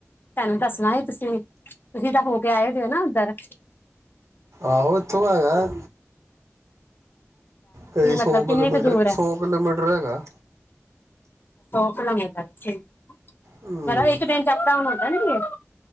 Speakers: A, on the left; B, on the right.
A: ਤੈਨੂੰ ਦੱਸਣਾ ਹੀ ਤੁਸੀਂ-ਤੁਸੀ ਤਾਂ ਹੋ ਕੇ ਆਏ ਦਿ ਹੋ ਨਾ ਉੱਧਰ
B: ਆਹੋ ਇੱਥੋਂ ਹੈਗਾ ਐ। ਕਈ ਸੌ
A: ਮਤਲਬ ਕਿੰਨੀ
B: ਕਿਲੋਮੀਟਰ
A: ਕੁ ਦੂਰ ਹੈ
B: ਸੌ ਕਿਲੋਮੀਟਰ ਹੈਗਾ।
A: <unintelligible>
B: ਹਮ
A: ਮੈਂ ਇੱਕ ਦਿਨ ਟਪਦਾ ਹੁਣ <unintelligible>